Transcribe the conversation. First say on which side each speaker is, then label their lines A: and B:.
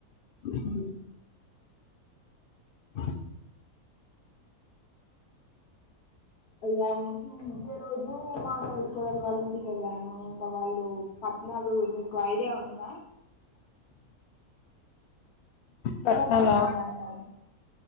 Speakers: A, on the left; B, on the left.
A: ఉమ్ బ్లాంక్
B: అయ్యాం ఇదే రోజు మా తోటి కోడలి వాళ్ళ ఇంటికి వెళ్ళాను ఇక వాళ్ళు పట్నాలు మీకు ఐడియా ఉందా ఇలమ
A: పట్నాలా
B: పట్నాలు అంటారు